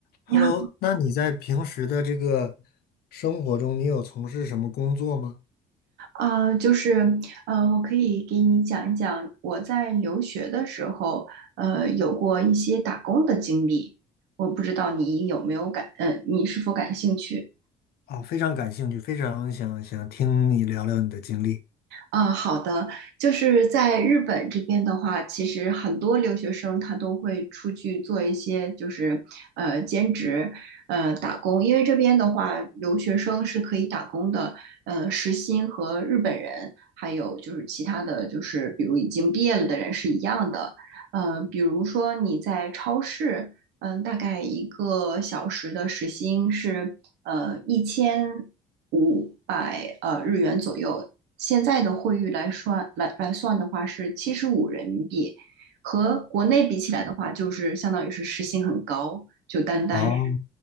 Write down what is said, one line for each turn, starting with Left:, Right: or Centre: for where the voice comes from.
Right: 你好，
Left: Hello，那你在平时的这个生活中，你有从事什么工作吗？
Right: 呃，就是，呃，我可以给你讲一讲我在留学的时候，呃，有过一些打工的经历。我不知道你有没有感，呃，你是否感兴趣？
Left: 啊，非常感兴趣，非常想想听你聊聊你的经历。
Right: 嗯，好的，就是在日本这边的话，其实很多留学生他都会出去做一些就是呃兼职，呃打工，因为这边的话，留学生是可以打工的，呃，时薪和日本人还有就是其他的就是比如已经毕业了的人是一样的，呃，比如说你在超市，嗯、大概一个小时的时薪是呃一千五百呃日元左右，现在的汇率来算来来算的话是七十五人民币，和国内比起来的话，就是相当于是时薪很高，就单单
Left: 哦，